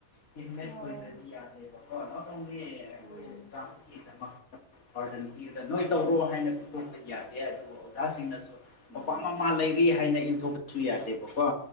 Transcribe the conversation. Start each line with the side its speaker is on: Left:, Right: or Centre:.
Left: ꯇꯤꯝꯃꯦꯠ
Right: ꯍꯣꯏ
Left: ꯑꯣꯏꯗ꯭ꯔꯗꯤ ꯌꯥꯗꯦꯕ ꯀꯣ ꯅꯣꯏ ꯇꯧꯅꯤ ꯑꯩꯈꯣꯏ
Right: ꯎꯝ
Left: ꯑꯣꯖꯥꯗꯨꯀꯤꯗꯃꯛꯇ ꯔꯗꯟ ꯄꯤꯔꯒ ꯅꯣꯏ ꯇꯧꯔꯣ
Right: ꯎꯝ
Left: ꯍꯥꯏꯅ ꯄꯤ ꯇꯣꯛꯄ ꯌꯥꯗꯦ ꯑꯗꯨꯒ ꯑꯣꯖꯥꯁꯤꯡꯅꯁꯨ
Right: ꯎꯝ
Left: ꯃꯄꯥ ꯃꯃꯥ ꯂꯩ ꯀ꯭ꯔꯤ ꯍꯥꯏꯅ ꯏꯟꯊꯣꯛꯄꯁꯨ ꯌꯥꯗꯦꯕꯀꯣ